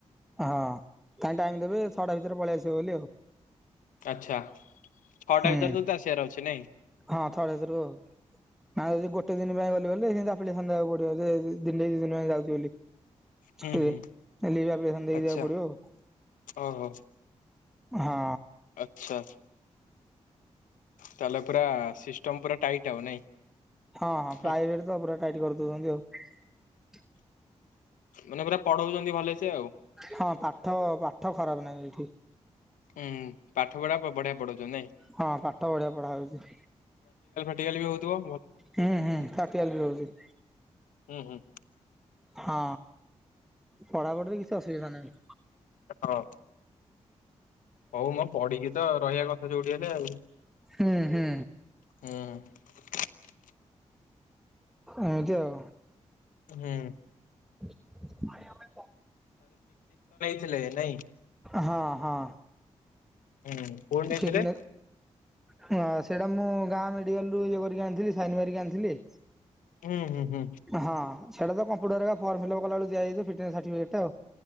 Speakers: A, in the centre; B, on the left.
A: ହଁ ତାଙ୍କେ ଟାଇମ ଦେବେ ଛଅଟା ଭିତରେ ପଳେଇ ଆସିବେ ବୋଲି ଆଉ।
B: ଆଚ୍ଛା ଛଅଟା
A: ହୁଁ
B: ଭିତରେ ତତେ ଆସିବାର ଅଛି ନାଇଁ।
A: ହଁ ଛଅଟା ସରୁ। ନା ଯଦି ଗୋଟେ ଦିନ ପାଇଁ ଗଲି ବେଲେ ସେମତି ଆପ୍ଲିକେସନ ଦେବାକୁ ପଡିବ ଯେ ଦିନେ ଦିଇ ଦିନ ପାଇଁ ଯାଉଚି ବୋଲି।
B: ହୁଁ
A: ଛୁଟିରେ
B: ହୁଁ
A: ହେଲେ ବି ଆପ୍ଲିକେସନ ଦେଇକି
B: ଆଚ୍ଛା
A: ଜିବାକୁ ପଡିବ ଆଉ।
B: ଓହୋ
A: ହଁ।
B: ଆଚ୍ଛା ତାହେଲେ ପୁରା ସିଷ୍ଟମ ପୁରା ଟାଇଟ୍ ଆଉ ନାଇଁ।
A: ହଁ ହଁ ପ୍ରାଇଭେଟ
B: ହୁଁ
A: ତ ପୁରା ଟାଇଟ କରିଦଉଛନ୍ତି ଆଉ।
B: ମାନେ ପୁରା ପଢୋଉଚନ୍ତି ଭଲସେ ଆଉ।
A: ହଁ ପାଠ ପାଠ ଖରାପ ନାହିଁ ଏଇଠି।
B: ହୁଁ ପାଠ ପଢା ବଢିଆ ପଢଉଛନ୍ତି। ନାଇଁ?
A: ହଁ ପାଠ ବଢିଆ ପଢ଼ା ହେଉଚି।
B: ଏଲବି ହଉ ଥିବ
A: ହୁଁ ହୁଁ କାଟି ଆଲବି ହଉଛି।
B: ହୁଁ ହୁଁ।
A: ହଁ ପଢାପଢିରେ କିଛି ଅସୁବିଧା ନାହିଁ।
B: ହାଲୋ ହଉ ମୋର ପଢିକି ତ ରହିବା କଥା ଯୋଉଠି ହେଲେ ଆଉ।
A: ହୁଁ ହୁଁ।
B: ହୁଁ।
A: ଏମତି ଆଉ
B: ହୁଁ।
A: ଭାଇ ଆମେ
B: ଥିଲେ ନାଇଁ
A: ହଁ ହଁ।
B: ହୁଁ କୋଠି ନେଇଥିଲେ?
A: ଫିଟନେ ହଁ ସେଇଟା ମୁଁ ଗାଁ ମେଡିକାଲ ରୁ ଇଏ କରିକି ଆଣିଥିଲି ସାଇନ ମାରିକି ଆଣିଥିଲି।
B: ହୁଁ ହୁଁ ହୁଁ
A: ହଁ ସେଇଟା ତ କମ୍ପୁଟର ଏରା ଫର୍ମ୍ପଫିଲିପ୍ କଲାବେଳକୁ ଦିଆ ହେଇଯାଇଚି ଫିଟ୍ନେସ୍ ସାର୍ଟିଫିକେଟ୍ ଆଉ।